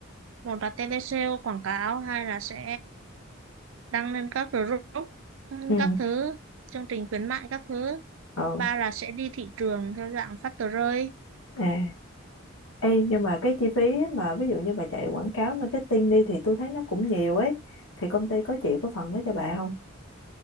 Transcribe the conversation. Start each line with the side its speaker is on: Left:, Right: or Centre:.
Right: một là tele sale quảng cáo hai là sẽ đăng lên các group ừm,
Left: ừ
Right: các thứ chương trình khuyến mại các thứ
Left: ờ
Right: ba là sẽ đi thị trường theo dạng phát tờ rơi
Left: à Ê, nhưng mà cái chi phí mà ví dụ như bà chạy quảng cáo marketing đi thì tôi thấy nó cũng nhiều ấy thì công ty có chịu có phần đó cho bà không